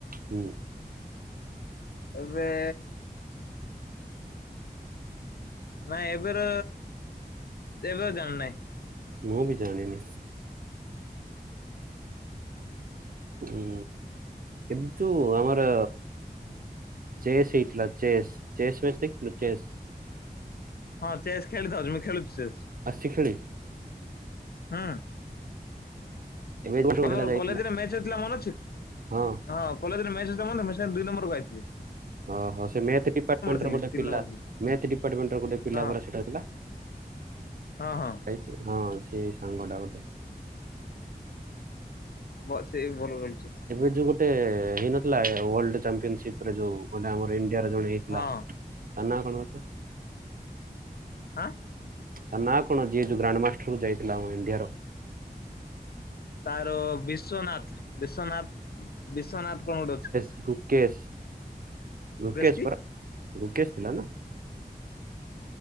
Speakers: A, on the right; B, on the left.
A: ହୁଁ।
B: ଏବେ ନାଇଁ ଏବୋର ଏବେ ଜାଣିନାହିଁ।
A: ମୁଁ ବି ଜାଣନି ହୁଁ ଏମ ତୁ ଆମର। ଚସ୍ଇଟଥିଲା ଚେସ୍ ଚସ୍ ବସ୍ତ କି ଚେସ୍
B: ହଁ ଚେସ୍ ଖେଳିଥାଉଛି ମୁଁ ଖେଳୁଚି ଚେସ।
A: ଆସି ଖେଳି
B: ହୁଁ
A: ଏବେ ଯୋଉ ପିଲାଟା
B: ଆମର
A: ଯାଇଥିଲା
B: କଲେଜରେ ମ୍ୟାଚ ହେଇଥିଲା ମନ ଅଛି।
A: ହଁ
B: ହଁ କଲେଜରେ ମ୍ୟାଚ ମୁ ସେ ଦଇ ନମ୍ବରକୁ ଖାଇଥିଲେ
A: ଓହୋ ସେ ମଥ ଡିପାର୍ଟମେଣ୍ଟୋଟେିଲ
B: ଥିଲି ତିନି ନମ୍ବର ଥିଲି
A: ମ ଡିପାର୍ଟମେଣ୍ଟ ର ଗୋଟେ ପିଲାରା
B: ହଁ
A: ସେଇଟାଥିଲା।
B: ହଁ ହଁ
A: ଏ ହଁ ସେ ସାଙ୍ଗ ଟା ଗୋଟେ
B: ବସ୍ ଏଇ ଭଲ ରହୁଛି।
A: ଏବେ ଯୋଉ ଗୋଟେ ହେଇନଥିଲା ୱଲମ୍ପିୟନସିପ ରେ ଯୋଉ ଗଟେ ଆମର ଇଣ୍ଡିଆରେ ଜଣେ ହେଇଥିଲା।
B: ହଁ
A: ତା ନାଁ କଣ?
B: ହଁ
A: ତା ନାଁ କଣ ଯିଏ ଯୋଉ ଗ୍ରାଣ୍ଡମାଷ୍ଟର କୁ ଯାଇଥିଲା ଆ ଇଣ୍ଡିଆର?
B: ତାର ବିଶ୍ଵନାଥ ବିଶ୍ଵନାଥ ବିଶ୍ଵନାଥ କଣ ଗୋଟେ ଅଛି କଣ?
A: ଲୁକେଶ। ଲୁକେଶ
B: ମୁକେଶ କି
A: ପରା ଲୁକେଶ ଥିଲା ନା?